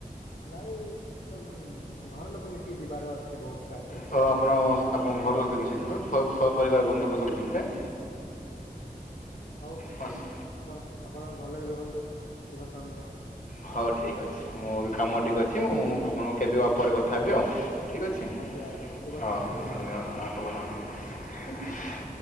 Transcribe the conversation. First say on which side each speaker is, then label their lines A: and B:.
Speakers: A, on the left; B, on the left.
A: ନାଇଁ ତ ଘର ଲୋକ ମିଶିକି ଯିବାର ଅଛି ବହୁତ ଚାନ୍ସେସ୍।
B: ତ ଆପଣ ଆପଣଙ୍କ ଘର ସହି ମିଶିଯିବେ ସ -ସ ପରିବାର ବନ୍ଧୁ ସବୁ ଯିବେ।
A: ଆଜ୍ଞା ହଉ।
B: ହସ୍
A: ଆପଣ ଆପଣ ଭଲରେ ରୁହନ୍ତୁ ଶୁଭ ସନ୍ଧ୍ୟା।
B: ହଉ ଠିକ୍ ଅଛି ମୁଁ କାମ ଟିକେ ଅଛି ମୁଁ ଆପଣଙ୍କୁ କେବେ ବା ପରେ କଥା ହେବି ଆଉ। ଠିକ୍ ଅଛି
A: ଆଜ୍ଞା ଆଜ୍ଞା ଶୁଭ
B: ହଁ
A: ସନ୍ଧ୍ୟା ଶୁଭ
B: ଧନ୍ୟବାଦ
A: ସନ୍ଧ୍ୟା।
B: ହଁ ହେବ <unintelligible>